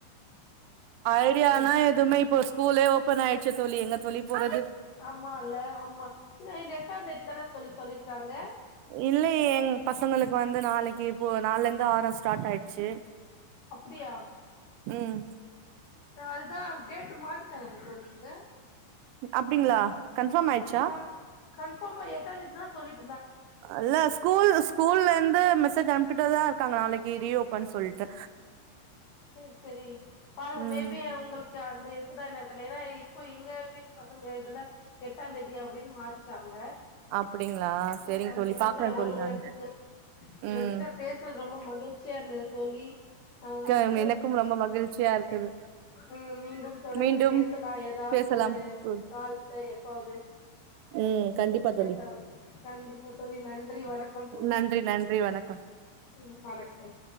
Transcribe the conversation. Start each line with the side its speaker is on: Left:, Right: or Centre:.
Right: ஐடியாலா எதுமே இப்போ ஸ்கூலே ஓபன் ஆயிடுச்சு தோழி எங்க தோழி போறது
Left: ஆமால்ல ஆமா இது எட்டாந்தேதி தான தோழி சொல்லிருக்காங்க
Right: இல்லையே எங் பசங்களுக்கு வந்து நாளைக்கு இப்போ நாளைல்ல இருந்து ஆறம் ஸ்டார்ட் ஆயிடுச்சு
Left: அப்டியா
Right: உம்
Left: அஹ் அது தா டேட்டு மாத்திட்டாங்கல்ல தோழி இங்க
Right: அப்டிங்களா கன்ஃபார்ம் ஆயிடுச்சா
Left: ஆமா கன்பார்மா எட்டாந்தேதி தா சொல்லிட்
Right: அல்ல ஸ்கூல் ஸ்கூல்ல இருந்து மெசேஜ் அனுப்பிட்டே தா க்காங்க நாளைக்கு ரீஓப்பன் சொல்ட்டு
Left: சேரி சேரி பாருங்க
Right: ம்
Left: மேபி அவுங்களுக்கு க்க அந்த இருக்குதா என்னனு தெரில ஏனா இப்போ எங்க வீட்டு பசங்க இதுல எட்டாந்தேதி அப்டின்னு மாத்திட்டாங்க
Right: அப்டிங்களா
Left: செரி
Right: செரிங்க
Left: அது
Right: தோழி
Left: என்னன்னு
Right: பாக்குறே
Left: தெரில
Right: தோழி
Left: ஒரு ஒரு
Right: நானு
Left: எடத்துக்கு உங்ககிட்ட
Right: ம்
Left: பேசினது ரொம்ப மகிழ்ச்சியா இருந்தது தோழி நம்ம மறு
Right: மேம் எனக்கும் ரொம்ப மகிழ்ச்சியா இருக்குது
Left: ம் மீண்டும் தொடர்ந்து
Right: மீண்டும்
Left: பேசலா எதாவது
Right: பேசலாம்
Left: ஒரு
Right: தோழி
Left: கால்ல எப்பாது
Right: ம் கண்டிப்பா
Left: <unintelligible>
Right: தோழி
Left: கண்டிப்பா தோழி நன்றி வணக்கம் தோழி
Right: நன்றி நன்றி வணக்கம்
Left: ம் வணக்கம்